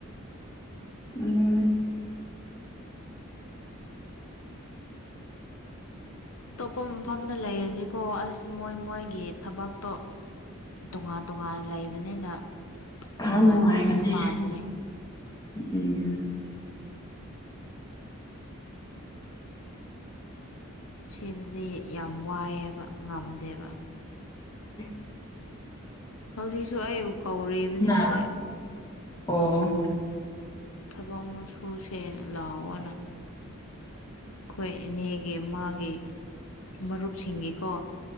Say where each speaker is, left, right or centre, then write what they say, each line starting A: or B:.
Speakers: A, on the left (about 20°); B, on the left (about 80°).
A: ꯎꯝ
B: ꯑꯇꯣꯞꯄ ꯃꯐꯝꯗ ꯂꯩꯔꯗꯤꯀꯣ ꯑꯁ ꯃꯣꯏ ꯃꯣꯏꯒꯤ ꯊꯕꯛꯇꯣ ꯇꯣꯉꯥꯟ ꯇꯣꯉꯥꯟꯅ ꯂꯩꯕꯅꯤꯅ
A: ꯈꯔ
B: ꯅꯨꯡꯉꯥꯏꯒꯗꯕꯗꯤ
A: ꯅꯨꯡꯉꯥꯏꯒꯅꯤ
B: ꯃꯥꯟꯗ꯭ꯔꯦ
A: ꯎꯝ
B: ꯁꯤꯗꯗꯤ ꯌꯥꯝ ꯋꯥꯏꯑꯦꯕ ꯉꯝꯗꯦꯕ
A: <unintelligible>
B: ꯍꯧꯖꯤꯛꯁꯨ ꯑꯩꯕꯨ ꯀꯧꯔꯤꯕꯅꯤ
A: ꯃꯣꯏꯅ
B: ꯃꯣꯏ
A: ꯑꯣ
B: ꯊꯕꯛ ꯃꯨꯆꯨꯁꯦ ꯂꯥꯛꯑꯣꯅ ꯑꯩꯈꯣꯏ ꯏꯅꯦꯒꯤ ꯃꯥꯒꯤ ꯃꯔꯨꯞꯁꯤꯡꯒꯤꯀꯣ